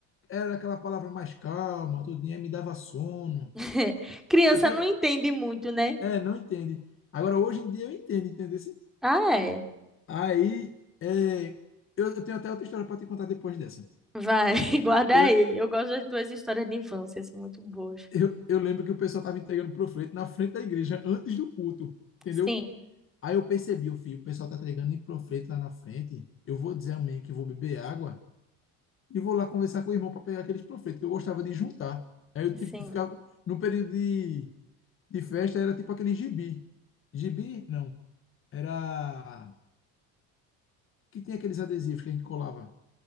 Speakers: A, on the left; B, in the centre.
A: era aquela palavra mais calma, tudinho, aí me dava sono.
B: <laughs> Criança
A: Eu tenho...
B: não entende muito, né?
A: É, não entende. Agora, hoje em dia eu entendo, entendeu?
B: Ah, é.
A: Aí, é, eu, eu tenho até outra história para te contar depois dessa.
B: Vai, <laughs> guarda
A: Eu,
B: aí. Eu gosto das tuas histórias de infância, são muito boas.
A: eu, eu lembro que o pessoal estava entregando panfleto na frente da igreja, antes do culto, entendeu?
B: Sim,
A: Aí eu percebi, o filho, o pessoal tá entregando em panfleto lá na frente. Eu vou dizer a mãe que vou beber água e vou lá conversar com o irmão para pegar aqueles panfletos que eu gostava de juntar. Aí eu,
B: sim.
A: tipo, ficava no período de de festa era tipo aquele gibi. Gibi, não. Era. Que tinha aqueles adesivos que a gente colava.